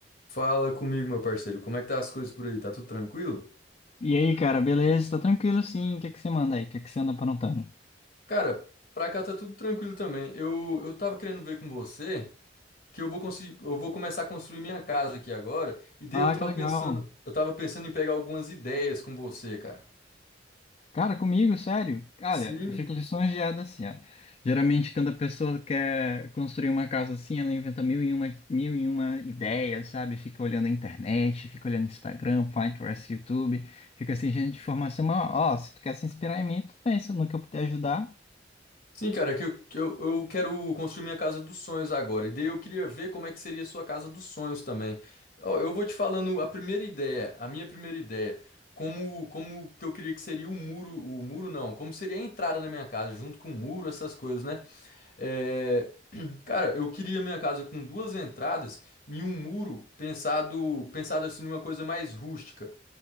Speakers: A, on the left; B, on the left.
A: Fala comigo, meu parceiro. Como é que tá as coisas por aí? Tá tudo tranquilo?
B: E aí, cara, beleza? Tá tranquilo sim. O que que você manda aí? O que que você anda aprontando?
A: Cara, pra cá tá tudo tranquilo também. Eu, eu tava querendo ver com você que eu vou conseguir, eu vou começar a construir minha casa aqui agora, e daí
B: Ah,
A: eu tava
B: que legal.
A: pensando, eu tava pensando em pegar algumas ideias com você, cara.
B: Cara, comigo, sério? Olha,
A: Sim.
B: eu fico lisonjeado assim, ó. Geralmente, quando a pessoa quer construir uma casa assim, ela inventa mil e uma, mil e uma ideias, sabe? Fica olhando a internet, fica olhando Instagram, Pinterest, YouTube. Fica assim, gente de informação. Mas, ó, se tu quer se inspirar em mim, tudo bem, se no que eu puder ajudar.
A: Sim, cara, é que eu, que eu, eu quero construir minha casa dos sonhos agora. E daí eu queria ver como é que seria a sua casa dos sonhos também. Ó, eu vou te falando a primeira ideia, a minha primeira ideia. Como, como que eu queria que seria o muro, o muro não, como seria a entrada na minha casa, junto com o muro, essas coisas, né? É, <clears throat> cara, eu queria minha casa com duas entradas e um muro pensado, pensado assim numa coisa mais rústica.